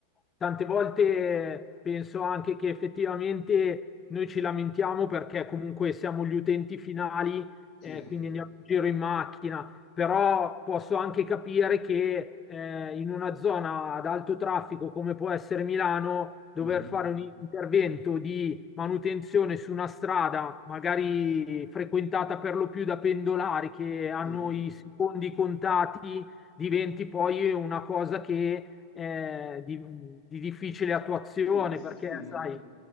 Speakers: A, on the left; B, on the left.
A: tante volte penso anche che effettivamente noi ci lamentiamo perché comunque siamo gli utenti finali,
B: Sì.
A: eh, quindi andiamo in giro in macchina, però posso anche capire che eh, in una zona ad alto traffico come può essere Milano, dover
B: Mhm.
A: fare un intervento di manutenzione su una strada, magari frequentata per lo più da pendolari che hanno
B: Sì.
A: i secondi contati diventi poi una cosa che eh, di, di difficile attuazione,
B: Sì, sì,
A: perché
B: ma
A: sai,